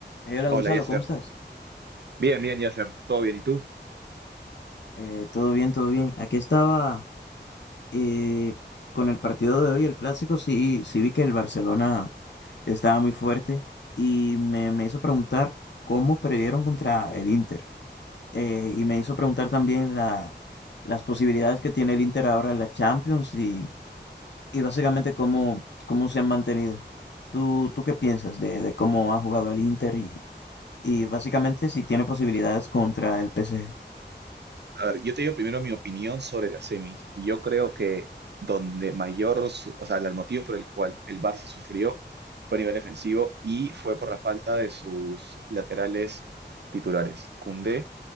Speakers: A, on the left; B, on the right.
A: Eh, hola
B: Hola,
A: Gonzalo,
B: Yasser.
A: ¿cómo estás?
B: Bien, bien, Yasser. Todo bien. ¿Y tú?
A: Eh, todo bien, todo bien. Aquí estaba eh, con el partido de hoy, el clásico, sí, sí vi que el Barcelona estaba muy fuerte y me, me hizo preguntar cómo perdieron contra el Inter. Eh, y me hizo preguntar también la, las posibilidades que tiene el Inter ahora en la Champions y, y básicamente cómo, cómo se han mantenido. ¿Tú, tú qué piensas de, de cómo ha jugado el Inter y, y básicamente si tiene posibilidades contra el PSG?
B: A ver, yo te digo primero mi opinión sobre las semis. Y yo creo que donde mayor, su- o sea, el motivo por el cual el Barça sufrió fue a nivel defensivo y fue por la falta de sus laterales titulares, Koundé